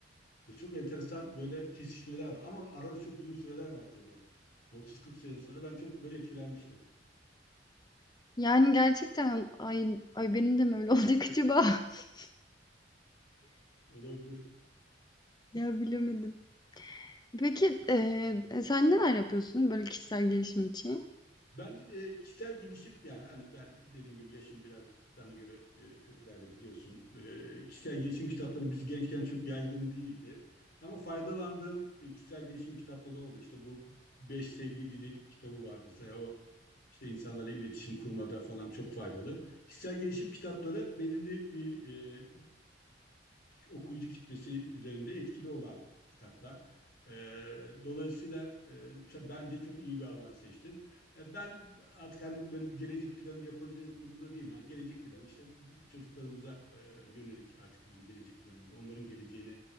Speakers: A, on the left; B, on the left.
A: Çok enteresan böyle kesişmeler var. Ama arada çok uzun süreler var tabii. 30-40 sene sonra ben çok böyle etkilenmiştim.
B: Yani gerçekten ay ay benim de mi öyle olacak acaba? <laughs>
A: Olabilir.
B: Ya bilemedim. Peki, eee, eee, sen neler yapıyorsun böyle kişisel gelişim için?
A: Ben e, kişisel gelişim yani hani ben dediğim gibi yaşım biraz sana göre e, çok ileride biliyorsun. E, kişisel gelişim kitapları biz gençken çok yaygın değildi. Ama faydalandığım e, kişisel gelişim kitapları oldu. İşte bu Beş Sevgi Dili kitabı var mesela. O işte insanlarla iletişim kurmada falan çok faydalı. Kişisel gelişim kitapları belirli bir e, okuyucu kitlesi üzerinde etkili olan kitaplar. E, dolayısıyla e, bence çok iyi bir alan seçtin. E, ben artık hani böyle bir gelecek planı yapacak durumda değilim. Hani gelecek planı işte çocuklarımıza e, yönelik artık bizim gelecek planımız. Onların geleceğini